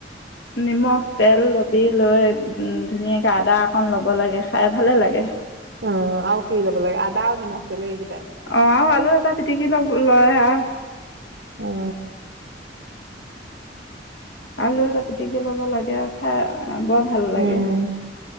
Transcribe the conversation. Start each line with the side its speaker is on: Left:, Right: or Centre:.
Left: নিমখ তেল লবি লৈ উম ধুনীয়াকে আদা অকণ ল'ব লাগে, খায় ভালে লাগে।
Right: অ আৰু কি ল'ব লাগে? আদা আৰু নিমখ, তেল এইকেইটাই।
Left: অঁ আৰু আলু এটা পিটিকি ল লয় আ।
Right: অ
Left: আলু এটা পিটিকি লব লাগে খায় বৰ ভাল লাগে
Right: উম,